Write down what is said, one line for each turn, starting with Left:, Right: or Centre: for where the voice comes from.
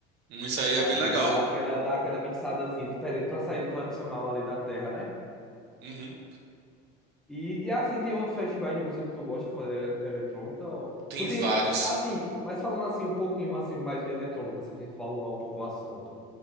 Right: Hum, Isso aí é
Centre: Aí
Right: bem legal.
Centre: dá aquela, dá aquela mixadazinha diferente pra sair do tradicional ali da terra, né?
Right: Uhum.
Centre: E, e assim, tem outros festivais de música que tu gosta fora da ele- eletrônica? Ó.
Right: Tem
Centre: Tu tem,
Right: vários.
Centre: assim, mas falando assim um pouquinho assim mais de eletrônica, se a gente for alongar um pouco o assunto.